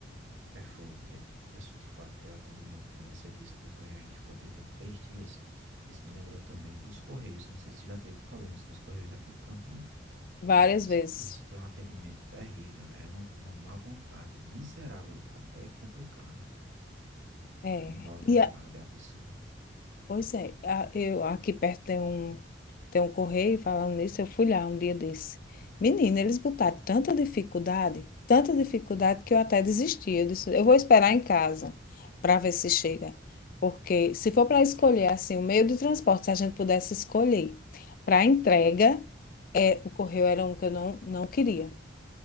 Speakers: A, on the right; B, on the left.
A: é fogo de a a pessoa de fato ter o atendimento. Nem Você disse, tu vai aí, ficou tentando três dias. Isso me lembrou também dos Correios. Não sei se já teve problemas com os Correios daqui de Campina,
B: várias
A: mas
B: vezes.
A: eles têm um atendimento terrível. É uma, uma má vontade miserável de trabalho. É complicado, rapaz.
B: É,
A: É uma má vontade
B: e a-
A: absurda.
B: pois é, a- eu aqui perto tem um Tem um correio falando nisso, eu fui lá um dia desse. Menina, eles botaram tanta dificuldade, tanta dificuldade que eu até desisti. Eu disse, eu vou esperar em casa para ver se chega. Porque se for para escolher assim, o meio de transporte, se a gente pudesse escolher para entrega, é, o correio era um que eu não, não queria.